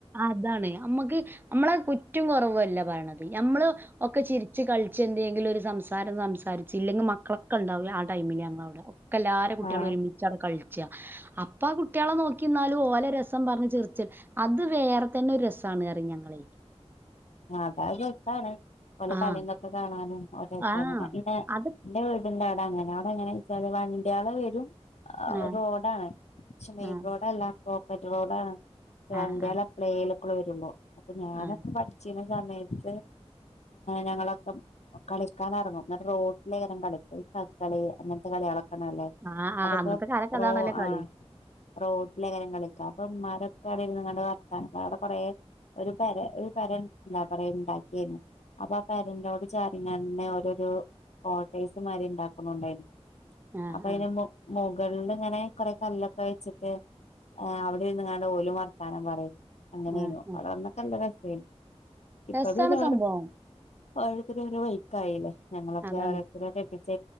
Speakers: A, on the right; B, on the left.
A: അതാണേ നമ്മക്ക് നമ്മളെ കു കുറ്റൊ കൊറവല്ല പറയണത് ഞമ്മള് ഒക്കെ ചിരിച്ച് കളിച്ച് എന്തെങ്കിലും ഒര് സംസാരം സംസാരിച്ചില്ലെ മക്കളൊക്കെ ഒണ്ടാവില്ല ആ ടൈമില് ഞങള് അവടെ ഒക്ക എല്ലാരെ കുട്ടിളും
B: ആഹ്
A: ഒര് മിച്ച് അവിടെ കാ അപ്പം കുട്ടിളെ നോക്കി നിന്നാലും ഓലെ രസം പറഞ്ഞ് ചിരിച് അത്- വേറെ തന്നെ ഒര് രസംയാണ് പറയും ഞങ്ങള്
B: അതാ രസമാണ് <unintelligible>
A: ആഹ്
B: കാണാന് <unintelligible>
A: ആഹ് അത്
B: എന്റെ വീടിന്റെ അവടെ അങ്ങനെ അവടെ എങ്ങനെ വെച്ചാല് വണ്ടികള് വെരും ആ
A: ആഹ്
B: റോഡാണ് പക്ഷെ മെയിൻ
A: ആഹ്
B: റോഡ് അല്ല കോൺകാറെറ്റ് റോഡാണ് <unintelligible>
A: ആഹ്
B: വരുമ്പോ അപ്പൊ ഞാനൊക്കെ
A: ആഹ്
B: പഠ സമയത്ത് ഞങ്ങളൊക്കെ കളിക്കാൻ എറങ്ങും എന്നിട്ട് റേ <unintelligible> കളി <unintelligible> അങ്ങനത്തെ കളികളേ ണല്ലേ
A: ആഹ് ആഹ്
B: അതൊക്കെ
A: അന്നത്തെ കാലത്ത്
B: പ്രോ
A: അതാണല്ലോ കളി.
B: ആ റോഡിലാ എല്ലാരും കളിക്കണേ അവടെ കൊറേ <unintelligible> ഒര് പര ഒര് പര <unintelligible> എന്താ പറയാ ഒണ്ടാക്കിയന്ന് അപ്പൊ ആ <unintelligible> ചാറിങ്ങന്നെ <unintelligible> കോട്ടേസ് മാരി ഒണ്ടാക്ക്ന്നോണ്ടായി
A: ആഹ്
B: അപ്പൊ അയിനെ
A: ആഹ്
B: മെ മെ വെള്ളം ഇങ്ങനെ കൊറെ കല്ലൊക്കെ വെച്ചിട്ട് അവടെ ഇരുന്ന് എങ്ങാണ്ട് ഓല് വർത്താനം പറയും അങ്ങനെയെന്നു
A: ആഹ് ആഹ്
B: അത് അന്നൊക്കെ നല്ല രെസേയാനും ഇപ്പം-
A: രസാണ് സംഭവം.
B: ഓരോത്തര് ഒരോ വയിക്കായില്ലേ ഞങ്ങളൊക്കെ
A: അതാണ്.
B: ഓരോത്തരോ കെട്ടി-